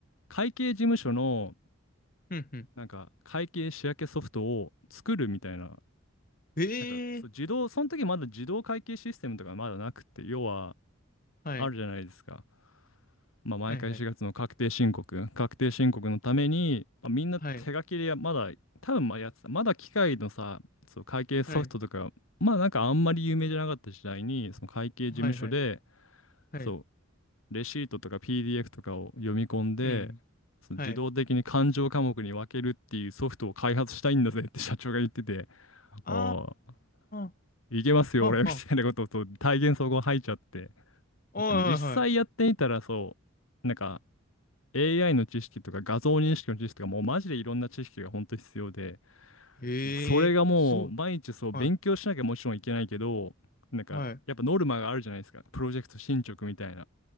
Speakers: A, on the left; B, on the left.
A: 会計事務所の、
B: うん。うん。
A: なんか、会計仕分けソフトを作るみたいな、
B: え
A: なんか、そう、
B: えー。
A: 自動、その時まだ自動会計システムとかまだなくて、要は、
B: はい。
A: あるじゃないですか。まあ、毎回4月の確定申告、
B: はい、はい。
A: 確定申告のために、まあ、みんな手書きでやまだ、
B: はい。
A: 多分まあやってた、まだ機械のさ、そう会計ソフトとか、
B: はい。
A: まあなんかあんまり有名じゃなかった時代に、その会計事務所で、
B: はい、はい。はい。
A: そう、レシートとか PDF とかを読み込んで、
B: うん。
A: その自動的に勘定科目に分けるっていうソフトを開発したいんだぜって社長が言ってて、
B: はい。あ
A: ああ、
B: あ。
A: いけますよ、
B: はあはあ
A: 俺みたいなことをそう体現そこ入っちゃって、
B: はいはいは
A: でも実際やってみたらそう、なんか、AI の知識とか画像認識の知識とかもうマジでいろんな知識が本当に必要で、
B: い。へえ、
A: それがもう毎日そう勉強しなきゃもちろんいけないけど、
B: すごい。はい、
A: なんかやっぱノルマがあるじゃないですか。
B: はい、
A: プロジェクト進捗みたいな。